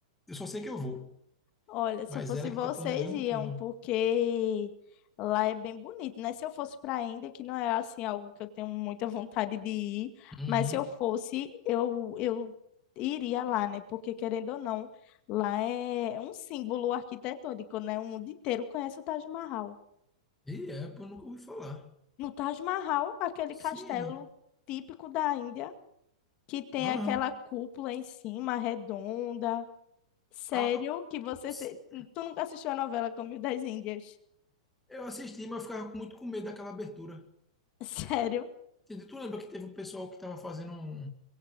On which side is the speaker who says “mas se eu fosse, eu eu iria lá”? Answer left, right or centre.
Left